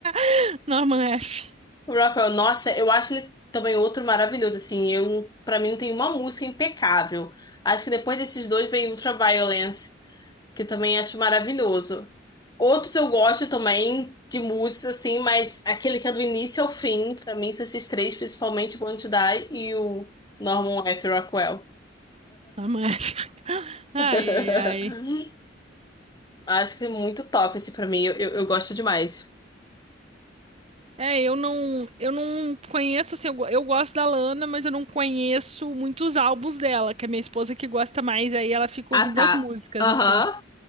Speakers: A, on the right; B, on the left.
A: <laughs> Norman F.
B: O Rockwell, nossa, eu acho ele também outro maravilhoso, assim, eu, pra mim não tem uma música impecável. Acho que depois desses dois vem Ultraviolence, que também acho maravilhoso. Outros eu gosto também de músicas, assim, mas aquele que é do início ao fim, pra mim são esses três, principalmente o Want to Die e o Norman F. Rockwell.
A: Norman F. Ai,
B: <laughs>
A: ai, ai.
B: Acho que é muito top esse pra mim, eu, eu, eu gosto demais.
A: É, eu não, eu não conheço, assim, eu, go- eu gosto da Lana, mas eu não conheço muitos álbuns dela, que a minha esposa que gosta mais, aí ela fica
B: Ah,
A: ouvindo
B: tá.
A: as músicas,
B: Aham,
A: assim.